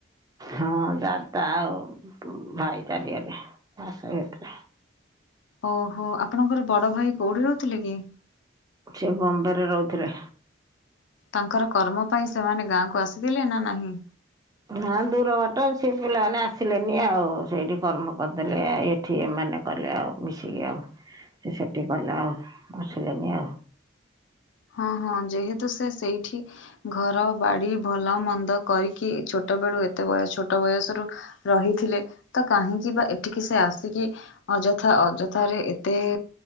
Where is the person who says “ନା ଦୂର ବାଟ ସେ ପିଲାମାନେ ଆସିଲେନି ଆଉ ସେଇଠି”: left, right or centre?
Right